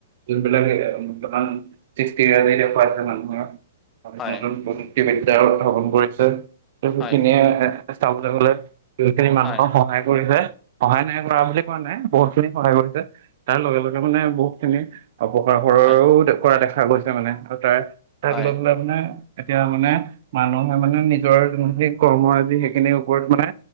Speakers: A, on the right; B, on the left.
A: যোনবিলাক দোকান সৃষ্টি দেখুৱাইছে মানুহৰ
B: হয়
A: নতুন প্ৰযুক্তিবিদ্যা উধবন কৰিছে, ত সেইখিনিয়ে
B: হয়
A: চাবলৈ গলে যোনখিনি মানুহক
B: হয়
A: সহায় কৰিছে সহায় নাই কৰা বুলি কোৱা নাই বহুত খিনি সহায় কৰিছে তাৰ লগে লগে মানে বহুত খিনি অপকাৰ ক
B: হয়।
A: <unintelligible> দেখুওৱা দেখা গৈছে মানে আৰু তাৰ তাক
B: হয়
A: লৈ পেলাই মানে এতিয়া মানে মানুহে মানে নিজৰ যোনখিনি কৰ্ম আজি সেইখিনিৰ ওপৰত মানে